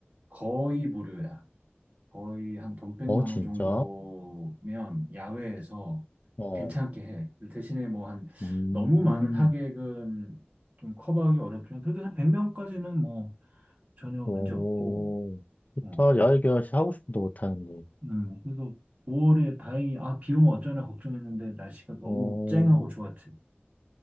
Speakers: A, on the right; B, on the left.
A: 거의 무료야. 거의 한 돈 100만
B: 어, 진짜?
A: 원 정도면 야외에서
B: 어,
A: 괜찮게 해. 대신에 뭐 한
B: 음,
A: 너무 많은 하객은 좀 커버하기 어렵지만 그래도 한 100명까지는 뭐 전혀 문제
B: 오,
A: 없고.
B: 좋다.
A: 어, 그-
B: 야, 이게 하고 싶어도 못하는데.
A: 음, 그래서 5월에 다행히 아, 비 오면 어쩌나 걱정했는데 날씨가 너무
B: 어,
A: 쨍하고 좋았지.